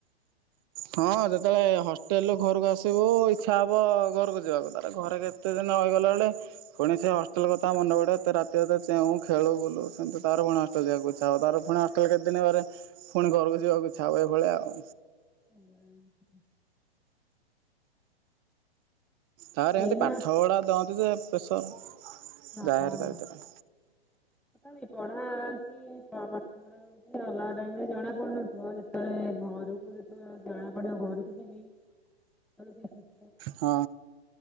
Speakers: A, on the right; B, in the centre.
A: ହଁ ଯେତେବେଳେ ହଷ୍ଟେଲ ରୁ ଘରକୁ ଆସିବୁ ଇଛା ହବ ଘରକୁ ଯିବାକୁ। ତାପରେ ଘରେ କେତେ ଦିନି ନ ଗଲା ବେଳେ ପୁଣି ସେ ହଷ୍ଟେଲ କଥା ମନେ ପଡେ ଏତେ ରାତି ଅଧ ଚେଉଁ। ଖେଳୁ ବୁଲୁ ପୁଣି ଥରେ ତାର ପୁଣି ହଷ୍ଟେଲ ଯିବାକୁ ଇଚ୍ଛା ହବ ତାର ପୁଣି ହଷ୍ଟେଲ କେତେଦିନ ପରେ ଫୁଣି ଘରକୁ ଯିବାକୁ ହବ ଏ ଏ ଭଳିଆ ଆଉ।
B: ଉଁ ହୁଁ ଉଁ।
A: ତାର ଏମିତି
B: ଏଇନା
A: ପାଠ ପଢ଼ା ଦଅନ୍ତି ଯେ ପ୍ରେସର।
B: ହଁ।
A: ଯାଏ ହେରି ତା ଭିତରେ।
B: ତଥାପି ପଢା ହଉଛି ପ-ପାଠ ପଢା ହଉଛି ଅଲଗା ଟାଇମ ରେ ଜଣା ପଡୁନଥିବ ଯେତେବେଳେ ଘରୁକୁ ତାକୁ ଯେତେବେଳେ ଜଣା ପଡିବ ଘର କୁ ଯିବି ତାର କି ଖୁ
A: ହଁ